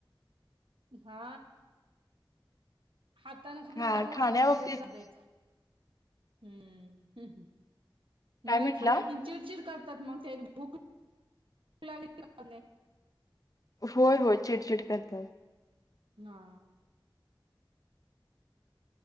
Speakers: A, on the right; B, on the left.
A: हा, हातान आपल्या
B: खा खाण्याबाबतीत
A: हऽऽ हम्म, हम्म, हम्
B: काय
A: नाही
B: म्हटला
A: खाल्लं कि चिडचिड करतात मग,, त्या भूक लागली नाहीऽ
B: होय, होय,,, चिडचिड करतात.
A: हा,